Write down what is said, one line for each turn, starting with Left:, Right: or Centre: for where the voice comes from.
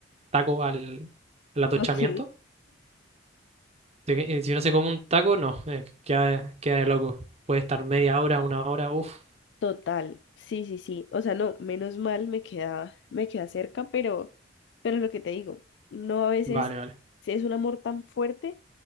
Right: taco al, al atochamiento,
Left: Ok.
Right: si, eh, si uno se come un taco, no, eh, queda, queda de loco. Puede estar media hora, una hora, uff,
Left: Total, sí, sí, sí. O sea, no, menos mal me queda, me queda cerca, pero, pero lo que te digo, no a veces
Right: vale, vale.
Left: sí es un amor tan fuerte